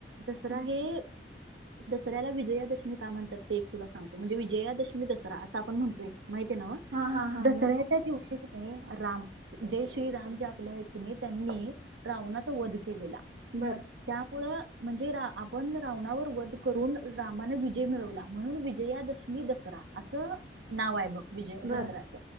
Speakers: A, on the right (about 85°); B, on the right (about 45°).
A: दसरा
B: हा
A: हे. दसऱ्याला विजयादशमी का म्हणतात, ते एक तुला सांगतो म्हणजे विजयादशमी. तु दसरा असं आपण म्हणतोय. माहिती आहे ना
B: हा हा हा
A: दसऱ्याच्या
B: माहिती
A: दिवशी. राम जय श्रीराम जे आपले आहेत ति त्यांनी रावना वध केलेला
B: बर
A: त्या, <unintelligible> म्हणजे रा आपण रावणाचा वध करून रामाने विजय मिळवला म्हणून विजयादशमी दसरा. असं नाव आहे बघ. विजय
B: बर
A: दसऱ्याच